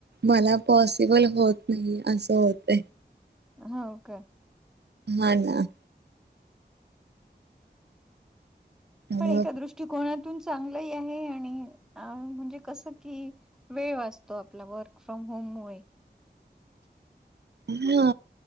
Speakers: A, on the right; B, in the centre.
A: मला पॉसिबल होत. नाही असं होत.
B: होा का.
A: हा ना. त्यामुळे
B: पण एका दृष्टिकोनातून चांगलंही आहे आणि अ म्हणजे कसं कि वेळ वाचतो आपला वर्क फ्रॉम होममुळे
A: हा